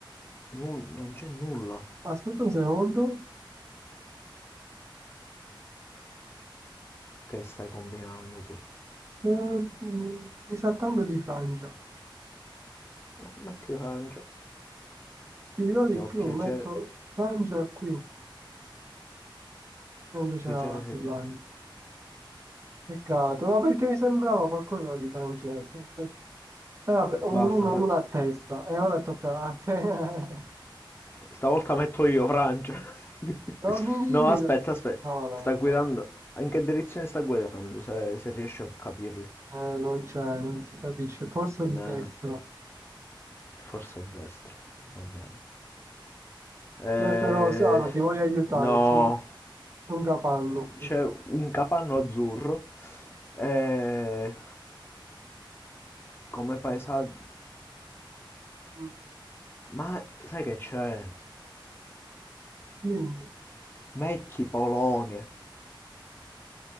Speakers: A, on the left (about 25°); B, on the right (about 35°).
A: nu- non c'è nulla
B: Aspetta un secondo,
A: che stai combinando tu.
B: Eh, mh, mi sa tanto di Francia.
A: Eh, Metti Francia.
B: Ti dirò di
A: Che ho
B: più,
A: piacere...
B: metto Francia qui, e invece
A: ho piacere
B: era la
A: se...
B: Finlandia. Peccato, ma perché mi sembrava qualcosa di francese. Invece... Eh, vabbè, un-
A: Basta,
B: una,
A: fa-
B: una a testa, e ora tocca a te. <laughs>
A: stavolta metto io Francia. <laughs>
B: Dammi dire.
A: No, aspetta, aspetta.
B: No, no,
A: Sta guidando...
B: no.
A: In che direzione sta guidando, se, se riesci a capirlo?
B: Eh, non c'è, non si capisce. Forse a
A: Nah,
B: destra.
A: forse a destra. Va bene. Eh,
B: Eh, però, Sara, ti voglio aiutare,
A: no,
B: c'è un, un capanno qui.
A: c'è un capanno azzurro e come paesaggio...
B: Mm,
A: Ma sai che c'è?
B: Dimmi,
A: Metti Polonia,